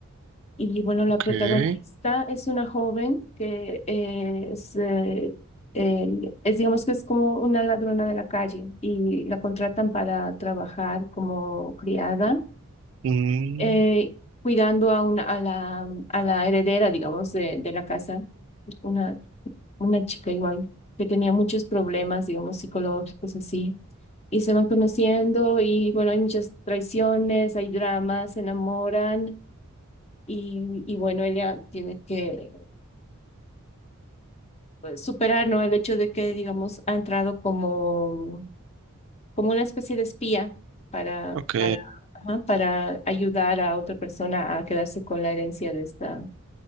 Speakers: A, on the left; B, on the right.
A: Y bueno, la
B: ok.
A: protagonista es una joven que eh, es, eh, el- es, digamos que es como una ladrona de la calle y la contratan para trabajar como criada,
B: Mm,
A: eh, cuidando a, una, a, la, a la heredera, digamos, de, de la casa, una, una chica igual que tenía muchos problemas, digamos, psicológicos así. Y se van conociendo y bueno, hay muchas traiciones, hay dramas, se enamoran. Y, y bueno, ella tiene que pues, superar, ¿no? El hecho de que, digamos, ha entrado como, como una especie de espía para,
B: ok.
A: para, ajá, para ayudar a otra persona a quedarse con la herencia de esta